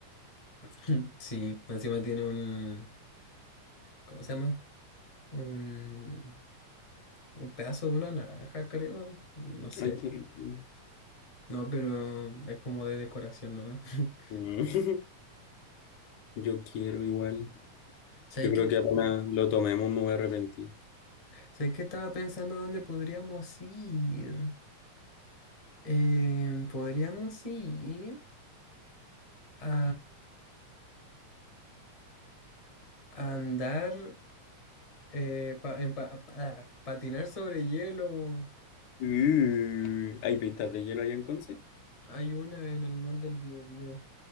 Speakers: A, on the left (about 15°); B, on the left (about 85°).
A: <laughs> Sí, encima tiene un... ¿Cómo se llama? Un, un pedazo de una naranja, creo. No sé.
B: Ay, qué rico.
A: No, pero es como de decoración nomás. <laughs>
B: Mm. <laughs> Yo quiero igual.
A: ¿Sabes
B: Yo creo
A: qué?
B: que apenas lo tomemos me voy a arrepentir.
A: Sé que estaba pensando dónde podríamos ir. Eh, podríamos ir a, a andar, eh, pa- en pa- pa- patinar sobre hielo.
B: Uh, ¿hay pistas de hielo allá en Conce?
A: Hay una en el mall del Biobío.